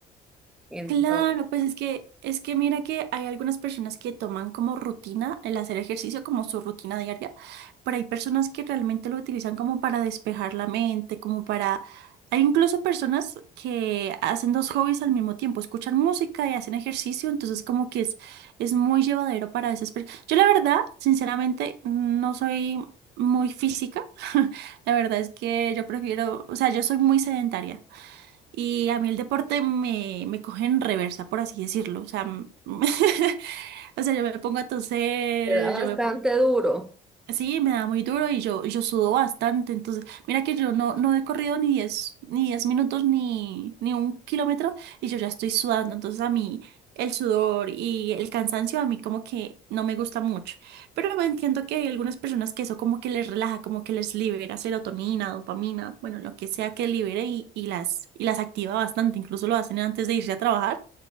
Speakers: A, in the centre; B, on the right.
A: Entonces,
B: Claro, pues es que, es que mira que hay algunas personas que toman como rutina el hacer ejercicio, como su rutina diaria, pero hay personas que realmente lo utilizan como para despejar la mente, como para... Hay incluso personas que hacen dos hobbies al mismo tiempo, escuchan música y hacen ejercicio, entonces como que es, es muy llevadero para esas personas. Yo la verdad, sinceramente, no soy muy física. <laughs> La verdad es que yo prefiero, o sea, yo soy muy sedentaria. Y a mí el deporte me, me coge en reversa, por así decirlo. O sea, m- <laughs> o sea, yo me pongo a toser,
A: me da bastante
B: yo me
A: duro.
B: Sí, me da muy duro y yo, y yo sudo bastante. Entonces, mira que yo no, no he corrido ni diez ni diez minutos ni, ni un kilómetro y yo ya estoy sudando. Entonces, a mí el sudor y el cansancio a mí como que no me gusta mucho. Pero me entiendo que hay algunas personas que eso como que les relaja, como que les libera serotonina, dopamina, bueno, lo que sea que libere y, y las, y las activa bastante. Incluso lo hacen antes de irse a trabajar